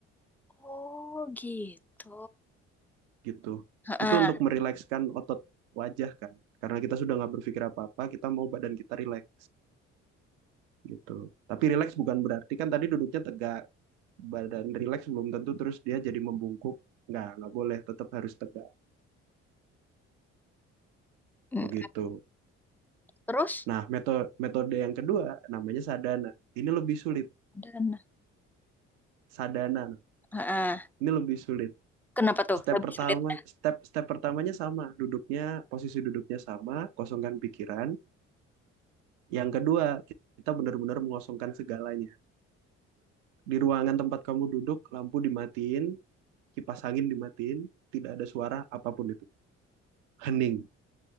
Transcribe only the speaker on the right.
gitu.
Itu untuk merilekskan otot wajah kan. Karena kita sudah nggak berpikir apa-apa, kita mau badan kita relax gitu. Tapi relax bukan berarti kan tadi duduknya tegak. Badan relax belum tentu terus dia jadi membungkuk. Nggak, nggak boleh, tetap harus tegak.
Begitu.
Nah, metode metode yang kedua namanya sadhana Ini lebih sulit.
sadhana
Ini lebih sulit.
Step
pertama,
step step pertamanya sama, duduknya, posisi duduknya sama, kosongkan pikiran. Yang kedua, kita benar-benar mengosongkan segalanya. Di ruangan tempat kamu duduk, lampu dimatiin, kipas angin dimatiin, tidak ada suara apapun itu. Hening.